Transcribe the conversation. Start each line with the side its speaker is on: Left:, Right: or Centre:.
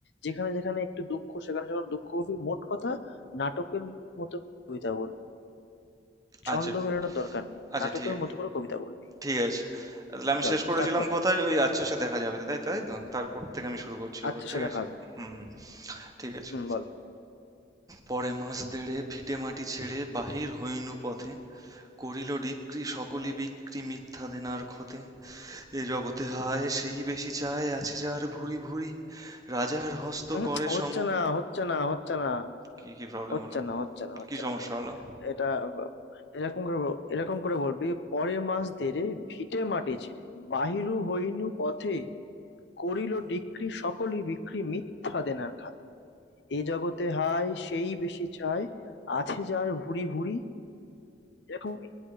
Left: যেখানে, যেখানে একটু দুঃখ সেখানে, সেখানে দুঃখ করবি। মোট কথা নাটকের মতো কবিতা বল। ছন্দ
Right: আচ্ছা
Left: মেলানোর দরকার নেই।
Right: আচ্ছা
Left: নাটকের
Right: ঠিক
Left: মতো করে কবিতা বলবি।
Right: ঠিক আছে। তাহলে আমি
Left: চল
Right: শেষ করেছিলাম
Left: স্টার্ট কর।
Right: কোথায়? ওই "আচ্ছা সে দেখা যাবে।" তাই তাই তো? তারপর থেকে আমি শুরু করছি
Left: আচ্ছা,
Right: আবার, ঠিক
Left: সে দেখা
Right: আছে?
Left: হবে।
Right: হুম, ঠিক আছে।
Left: হুম, বল।
Right: পরে মাস দেড়ে ভিটেমাটি ছেড়ে বাহির হইনু পথে, করিল ডিক্রি সকলি
Left: উহু,
Right: বিক্রি মিথ্যা দেনার ক্ষতে। এ জগতে হায় সেই বেশি চায়, আছে যার ভুরি ভুরি, রাজার হস্ত
Left: উহু,
Right: করে
Left: হচ্ছে
Right: সম
Left: না, হচ্ছে না, হচ্ছে না।
Right: কি, কি প্রবলেম
Left: হচ্ছে
Right: হলো?
Left: না হচ্ছে না হচ্ছে
Right: কি সমস্যা
Left: না
Right: হলো?
Left: এটা বা- এরকম করে বল- এরকম করে বলবি পরে মাস দেরে ভিটে মাটি ছেড়ে বাহিরু হইনু পথে করিল ডিক্রি সকলই বিক্রি মিথ্যা দেনার খাতে এ জগতে হায় সেই বেশি চায় আছে যার ভুরি ভুরি এরকমই